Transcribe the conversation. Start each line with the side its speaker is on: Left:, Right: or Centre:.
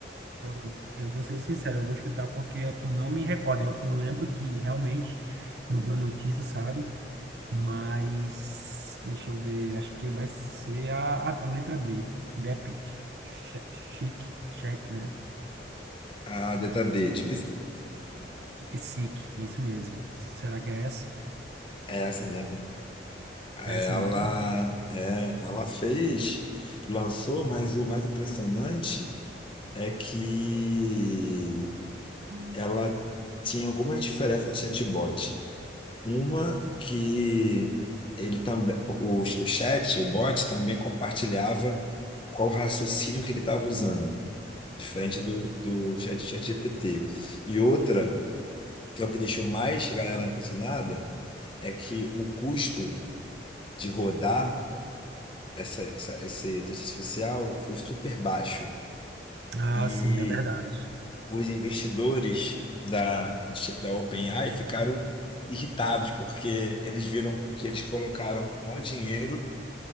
Right: eu, eu vou ser sincero, eu vou chutar porque eu, eu não me recordo. Eu, eu lembro que realmente eu vi a notícia, sabe? Mas deixa eu ver, acho que vai ser a, a, a letra D. Dep Che- Chic, Check né?
Left: a DTD, de
Right: Psique, isso mesmo. Será que é essa?
Left: É essa mesmo. Ela,
Right: É essa mesmo?
Left: é, ela fez, lançou, mas o mais impressionante é que
Right: Hum.
Left: ela tinha alguma diferença de chatbot. Uma que ele também, o, o chat, o bot também compartilhava qual raciocínio que ele estava usando, diferente do, do chat, chat GPT. E outra, que é o que deixou mais a galera impressionada, é que o custo de rodar essa, essa, esse inteligência artificial foi super baixo.
Right: Ah,
Left: E
Right: sim, é verdade.
Left: os investidores da, da OpenAI ficaram irritados, porque eles viram que eles colocaram o maior dinheiro